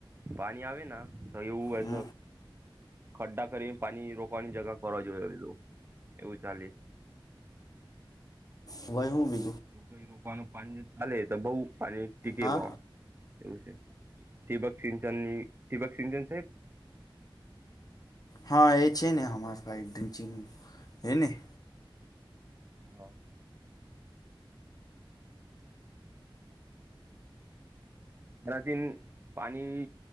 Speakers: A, on the right; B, on the left.
A: પાણી આવે ના તો એવુંસ
B: હમ
A: ખડ્ડા કરીને પાણી રોકવાની જગ કરવા જોઈએધ એવું ચાલે
B: વય હું બી
A: એ કઈ રો પાંજ ચાલે તો બઉ અને ટિક ભ
B: હા
A: એવું છે દિબક સિંચન ની શિભક સિંગજન
B: હા એ છે ને અમાર હાઈ ડ્રંચિંગું એની
A: હા હમ એનાથી પાણી